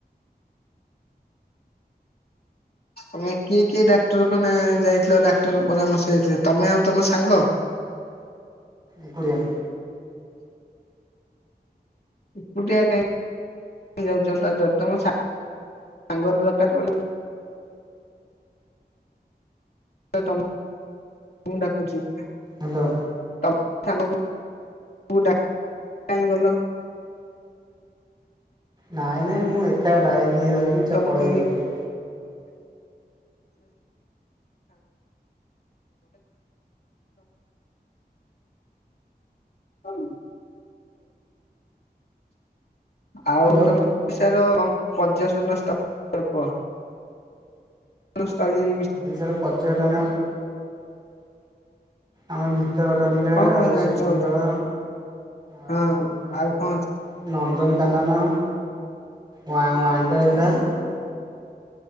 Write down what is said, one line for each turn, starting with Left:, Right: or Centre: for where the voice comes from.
Left: ତମେ କିଏ କିଏ ଡାକ୍ତରଖାନା ଯାଇଥିଲ ଡାକ୍ତର ପରାମର୍ଶ ଦେଇଥିଲେ ତମେ ଆଉ ତମ ସାଙ୍ଗ।
Right: ଏକୁଡିଆ।
Left: ଏକୁଟିଆ କାଇଁ ଯାଉଛ କାଜଲ ତମ ସାଙ୍ଗର ଦରକାର ପଡି ତମ ମୁଁ ଡାକୁଛି।
Right: ହାଲୋ।
Left: ତମ ସାଙ୍ଗକୁ ଡାକି କାଇଁ ଗଲ।
Right: ନାଇଁ ନାଇଁ ମୁଁ ଏକା ବାଇକି ଧରିକି ଚ
Left: ତମକୁ
Right: ପଳେଇ ଗଲି।
Left: ହଁ କି। ଆଉ
Right: ହ୍ୟାଲୋ
Left: ତମେ ଓଡିଶାର ପର୍ଯ୍ୟଟନ ସ୍ଥାନ କୁହ। <unintelligible> ସ୍ଥଳି।
Right: ଓଡିଶାର ପର୍ଯ୍ୟଟନ ଆମର ଭିତ ଭିତରକନିକା
Left: କଣ
Right: ଆଉ
Left: କଣ ଜାଣିଛ
Right: ଶିମିଳିପାଳ।
Left: ହଁ
Right: ଆଉ
Left: ହଁ ଆଉ
Right: ଆମର
Left: କଣ ଅଛି?
Right: ନନ୍ଦନକାନନ। ୱଣ୍ଡରଲା।